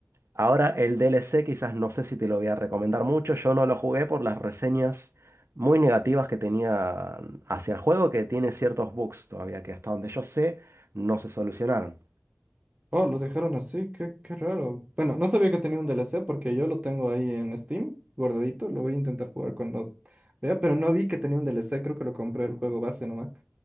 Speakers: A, on the right (about 70°); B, on the right (about 30°).
A: Ahora el D L C quizás no sé si te lo voy a recomendar mucho. Yo no lo jugué por las reseñas muy negativas que tenía hacia el juego, que tiene ciertos bugs todavía que hasta donde yo sé no se solucionaron.
B: Oh, lo dejaron así, qué, qué raro. Bueno, no sabía que tenía un DLC porque yo lo tengo ahí en Steam, guardadito. Lo voy a intentar jugar cuando vea, pero no vi que tenía un DLC, creo que lo compré el juego base nomás.